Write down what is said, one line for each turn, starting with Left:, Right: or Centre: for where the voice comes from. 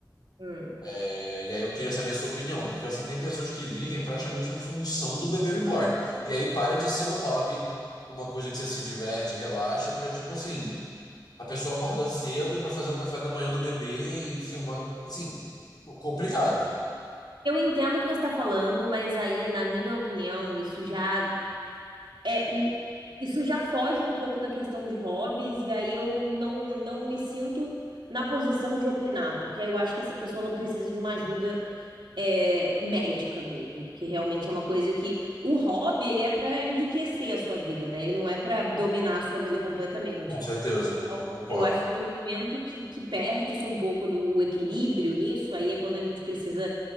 Right: Hum.
Left: É, e aí eu queria saber a sua opinião, porque assim, tem pessoas que vivem praticamente em função do bebê reborn. E aí para de ser um hobby, uma coisa que você se diverte, relaxa, pra tipo assim, a pessoa acorda cedo pra fazer o café da manhã do bebê e filmar. Assim, complicado.
Right: Eu entendo o que você está falando, mas aí, na minha opinião, isso já é, n- isso já foge um pouco da questão de hobbies, e aí eu não, não me sinto na posição de opinar, porque eu acho que essa pessoa ela precisa de uma ajuda é, médica mesmo, porque realmente é uma coisa que o hobby ele é para enriquecer a sua vida, né? Ele não é para dominar a sua vida completamente.
Left: Com certeza, eu concordo.
Right: Eu acho que no momento que, que perde-se um pouco do o equilíbrio nisso, aí é quando a gente precisa